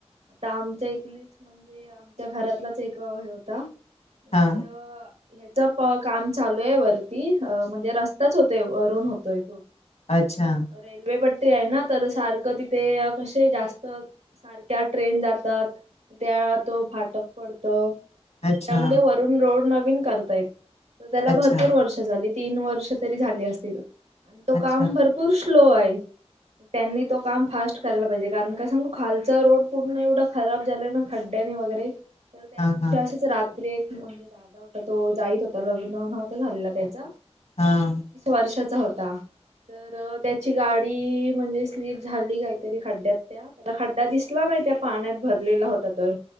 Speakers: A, on the right (about 85°); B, on the left (about 80°).
A: आता आमच्या इथलीच म्ह म्हणजे आमच्या घरातलाच, एक हे होता म्हणजे
B: हा.
A: अ ह्याच क-काम चालू ये वरती, अ म्हणजे रस्ताच होतोय, वरुन होतोय.
B: अच्छा.
A: रेल्वेपट्टी आये ना, तर सारखं तिथे, कशे जास्त सारख्या ट्रेन जातात त्या तो फाटक पडत.
B: अच्छा
A: त्यामुळे वरून रोड नवीन करतायेत. त्याला
B: अच्छा
A: भरपूर वर्ष झाली. तीन वर्ष तरी झाले असतील. तो
B: अच्छा
A: काम भरपूर स्लो आहे. त्यांनी तो काम फास्ट करायला पाहिजे कारण काय सांगू खालचा रोड पूर्ण एवढं खराब झालं ना खड्ड्यानी वगैरे तर त्या
B: हा
A: दिवशी
B: हा
A: असेच रात्री एक म्हणजेात. होता तो जाईत होता लग्न नव्हता झालेला त्याच.
B: हा.
A: वर्षाचा होता. तर त्याची गाडी. म्हणजे स्लीप झाली काहीतरी खड्ड्यात त्या. त्याला खड्डा दिसला बाई त्या पाण्यात भरलेला होता तर